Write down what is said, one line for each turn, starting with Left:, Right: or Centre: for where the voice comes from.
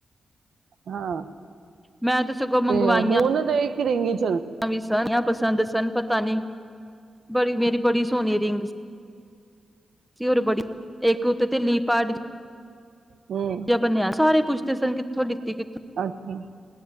Right: ਹਾਂ
Centre: ਮੈਂ ਸਗੋਂ ਮੰਗਵਾਈਆਂ
Right: ਤੇ ਹੁਣ ਤੇ ਇੱ <unintelligible>
Centre: ਵੀ ਸਨ ਪਸੰਦ ਸਨ ਪਤਾ ਨਹੀਂ ਬੜੀ ਮੇਰੀ ਬੜੀ ਸੋਹਣੀ ਰਿੰਗ ਸੀ ਹੋਰ ਬੜੀ ਇੱਕ ਉੱਤੇ ਤੇ ਲੀਪਾਡ <unintelligible>
Right: ਹੂੰ
Centre: ਬਨਿਆ ਸਾਰੇ ਪੁੱਛਦੇ ਸਨ ਕਿੱਥੋਂ ਲਿੱਤੀ ਕਿੱਥੋਂ
Right: ਅੱਛਾ